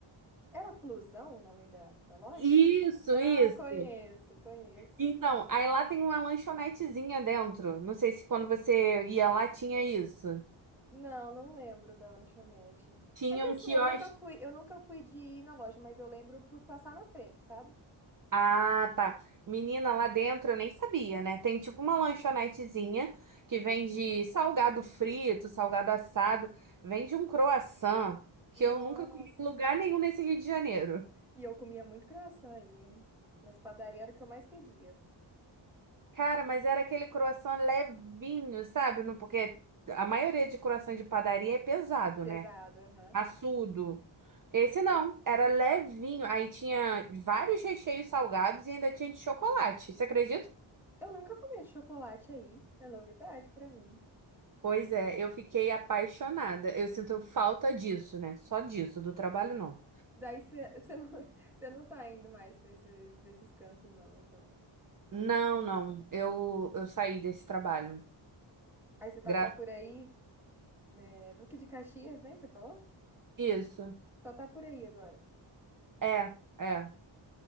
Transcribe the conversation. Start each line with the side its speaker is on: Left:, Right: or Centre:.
Centre: Era Flusão o nome da, da loja?
Right: Isso,
Centre: Ah,
Right: isso.
Centre: conheço, conheço.
Right: Então, aí lá tem uma lanchonetezinha dentro. Não sei se quando você ia lá tinha isso.
Centre: Não, não lembro da lanchonete.
Right: Tinha
Centre: É que
Right: um
Centre: assim,
Right: quiosque
Centre: eu nunca fui, eu nunca fui de ir na loja, mas eu lembro por passar na frente, sabe?
Right: Ah, tá. Menina, lá dentro eu nem sabia, né? Tem tipo uma lanchonetezinha que vende salgado frito, salgado assado, vende um croissant que
Centre: Nossa.
Right: eu nunca comi em lugar nenhum nesse Rio de Janeiro.
Centre: E eu comia muito croissant aí, hein? Nas padarias era o que eu mais pedia.
Right: Cara, mas era aquele croissant levinho, sabe? Não- Porque a maioria de croissant de padaria é pesado,
Centre: Pesado,
Right: né?
Centre: aham.
Right: Assudo. Esse não, era levinho. Aí tinha vários recheios salgados e ainda tinha de chocolate. Você acredita?
Centre: Eu nunca comi chocolate aí. É novidade pra mim.
Right: Pois é, eu fiquei apaixonada. Eu sinto falta disso, né? Só disso, do trabalho não.
Centre: Daí você não, <laughs> cê não tá indo mais pra esses, pra esses cantos, não, então.
Right: Não, não. Eu, eu saí desse trabalho.
Centre: Aí você tá
Right: Graças
Centre: só por aí, é, Duque de Caxias, né? que Você falou?
Right: a isso.
Centre: Só tá por aí agora.
Right: É, é.